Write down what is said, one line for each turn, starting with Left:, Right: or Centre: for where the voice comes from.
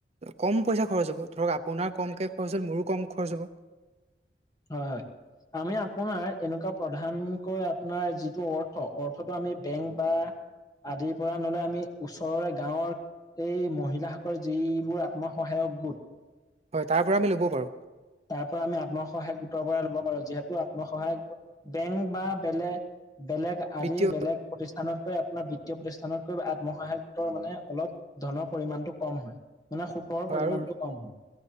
Right: কম পইচা খৰচ হ'ব, ধৰক আপোনাৰ কমকে খৰচ হ'ল মোৰো কম খৰচ হ'ব।
Left: হয়, হয়। আমি আপোনাৰ এনেকুৱা প্ৰধানকৈ আপোনাৰ যিটো অৰ্থ, অৰ্থটো আমি বেংক বা আদিৰ পৰা নহ'লে আমি ওচৰৰে গাঁৱৰ এই মহিলাসকল যিবোৰ আত্মসহায়ক গোট।
Right: হয়, তাৰ পৰা আমি ল'ব পাৰোঁ।
Left: তাৰ পৰা আমি আত্মসহায়ক গোটৰ পৰা ল'ব পাৰো, যিহেতু আত্মসহায়ক গোট বেংক বা বেলেগ বেলেগ আদি
Right: বিত্তীয়
Left: বেলেগ প্ৰতিষ্ঠানতকৈ আপোনাৰ বিত্তীয় প্ৰতিষ্ঠানতকৈ আত্মসহায়ক গোটৰ মানে অলপ ধনৰ পৰিমানটো কম হয়, মানে সুতৰ
Right: হয়
Left: পৰিমাণটো
Right: আৰু
Left: কম হয়।